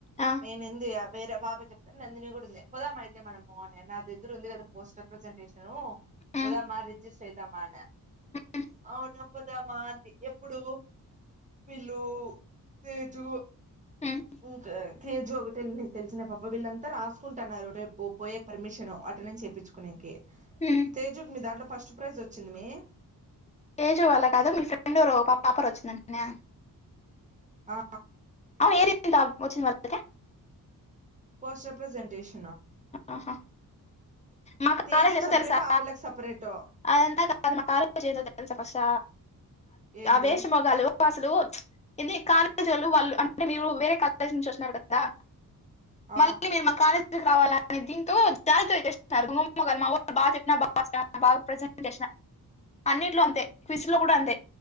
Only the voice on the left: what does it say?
ఆ,
ఉమ్,
ఉమ్,
ఉమ్,
ఉమ్.
తేజు వాళ్ళ కాద మీ ఫ్రెండ్ ఎవరో పాప టాపర్ వచ్చిందంటనే
పేరు ఎంత వచ్చింది వాల్ల అక్కకి
ఆహా మాకు
కాలేజ్ ఏదో
తెలుసా
అదంతా కాదు మా కాలేజ్ ఏదో తెలుసా ఫస్టు
ఆ వేస్ట్ మొగాలు అసలు ఏంది కాలేజ్ వాళ్ళు అంటే మీరు వేరే కాలేజ్ నుంచి వచ్చినారు కదా
మళ్ళీ మీరు మా కాలేజ్ రావాలని దీంతో జాగ్రత్తగా <unintelligible> గారు మా వాళ్ళు బా చెప్పినా బాగా బాగా ప్రజెంట్ చేసిన అన్నిట్లో అంతే క్విజ్లో కూడా అంతే